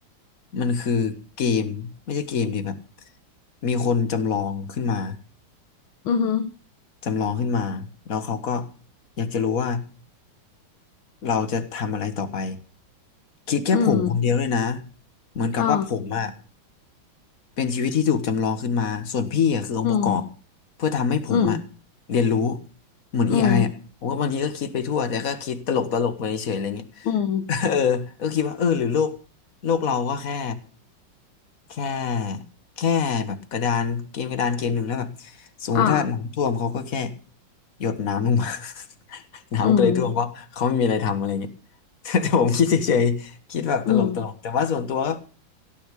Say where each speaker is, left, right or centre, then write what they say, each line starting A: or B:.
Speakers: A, on the left; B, on the left.
A: มันคือเกมไม่ใช่เกมดิแบบมีคนจำลองขึ้นมา
B: อือหือ
A: จำลองขึ้นมาแล้วเขาก็อยากจะรู้ว่า เราจะทำอะไรต่อไปคิดแค่ผมคนเดียวเลยนะ
B: อืม
A: เหมือนกับว่าผมอะ
B: เออ
A: เป็นชีวิตที่ถูกจำลองขึ้นมาส่วนพี่อะคือองค์ประกอบ
B: อืม
A: เพื่อทำให้ผมอะ
B: อืม
A: เรียนรู้เหมือน AI
B: อืม
A: อไออะผมก็บางทีก็คิดไปทั่วแต่ก็คิดตลกตลกไปเฉยอะไรเงี้ย
B: อืม
A: <laughs> เออก็คิดว่าเออหรือโลกโลกเราก็แค่ แค่แค่แบบกระดานเกมกระดานเกมหนึ่งแล้วแบบสมมติถ้าน้ำท่วมเขาก็แค่
B: อ่า
A: หยดน้ำลงมา <laughs> น้ำก็เลยท่วมเพราะเขาไม่มีอะไรทำอะไรเงี้ย
B: อืม
A: <laughs> แต่แต่ผมคิดเฉยๆคิดแบบตลกตลกแต่ว่าส่วนตัว
B: อืม